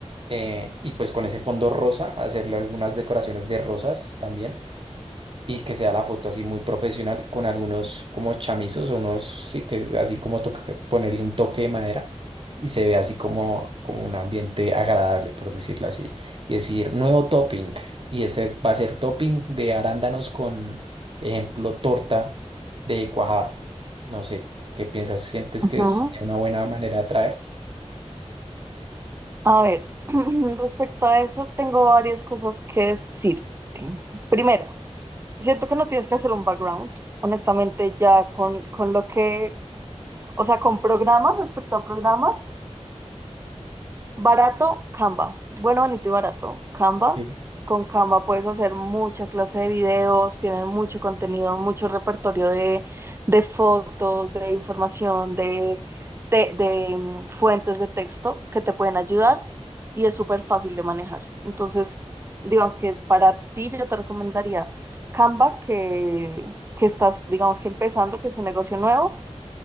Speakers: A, on the right; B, on the right.
A: eh, y pues con ese fondo rosa hacerle algunas decoraciones de rosas también y que sea la foto así muy profesional con algunos como chamizos o unos, sí, que así como toca- ponerle un toque de madera y se ve así como, como un ambiente agradable, por decirlo así. Y decir, nuevo topping. Y ese va a ser topping de arándanos con, ejemplo, torta de cuajada. No sé, ¿qué piensas? ¿Sientes
B: ujú.
A: que sería una buena manera de atraer?
B: A ver, <clears throat> respecto a eso, tengo varias cosas que decirte. Primero, Siento que no tienes que hacer un background, honestamente, ya con, con lo que, o sea, con programas respecto a programas. Barato, Canva. Bueno, bonito y barato, Canva.
A: Ok,
B: Con Canva puedes hacer mucha clase de videos, tienen mucho contenido, mucho repertorio de, de fotos, de información, de, de, de, mm, fuentes de texto que te pueden ayudar y es súper fácil de manejar. Entonces, digamos que para ti yo te recomendaría Canva, que, que estás, digamos que empezando, que es un negocio nuevo